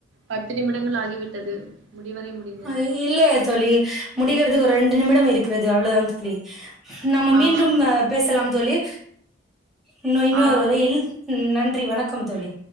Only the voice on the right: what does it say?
பத்து நிமிடங்கள் ஆகிவிட்டது முடிவரை முடிந்தது
ஆ
ஆ